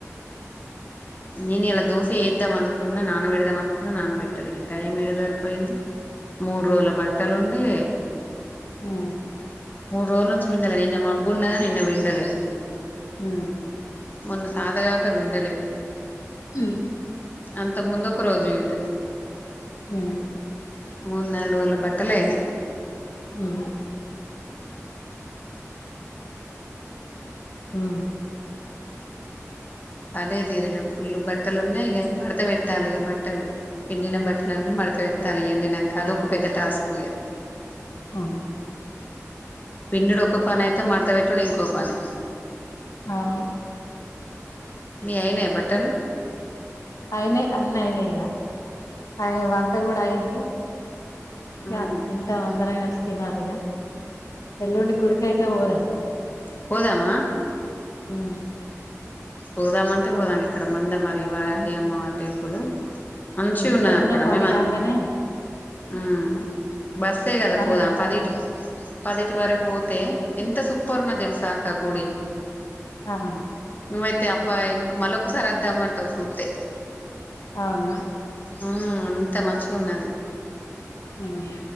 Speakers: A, on the left; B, on the left.
A: నేను ఇయాలా దోశ చేద్దాం. అనుకున్నా నాన పెడదాం అనుకున్నా నాన పెట్టాలే ఇగ టైం ఎడ జరిపోయింది. మూడు రోజుల బట్టలుండే
B: హ్
A: మూడు రోజుల నుంచి విండలే నిన్న అబ్బున్నదానీ నిన్న విండలే
B: హ్
A: మొన్న సాత గాక పిండలే
B: హ్
A: అంత ముందు ఒక రోజుయి ఉండే
B: హ్
A: మూడు నాలుగు రోజుల బట్టలు అయినాయి.
B: హ్ హ్
A: పనే తీరలే పుల్లు బట్టలు ఉన్నాయి. ఇక మడత పెట్టాలి ఇగా బట్టలు పిండిన బట్టల అన్నీ మడత పెట్టాలి ఎండి నంక అదొక ఒక పెద్ద టాస్క్ ఇగా
B: అవున్
A: పిండుడు ఒక పని అయితే మడత పెట్టుడు ఇంకో పని
B: అవును
A: మీ అయినాయా బట్టలు
B: అయినయి అన్నీ అయినా ఇగా అ ఇగ వంట కూడా అయ్యింది. ఇగా
A: ఉమ్.
B: తింటాం అందరం కలిసి తినాలిగా ఎల్లుండి గుడికి అయితే పోదాం
A: పోదమా
B: హ్
A: పోదామంటే పోదాం ఇక్కడ మందమర్రి వారాహి అమ్మావారి టెంపుల్ మంచిగా
B: ఉమ్
A: ఉన్నది
B: పొద్దున
A: అక్కడ
B: పని
A: మేము
B: కాంగానే
A: ఉమ్ బస్సే కదా
B: పని
A: పోదాం
B: కాంగానే
A: పదిటి
B: పో
A: పదిటి వరకు పోతే ఎంత సూపర్న్నా తెలుసా అక్క గుడి
B: అహా
A: నువ్వైతే అబ్బాయి ఇంక మళ్ళకసారి వద్దామంటావు చూస్తే
B: అవునా
A: ఉమ్ అంత మంచిగా ఉన్నది
B: ఉమ్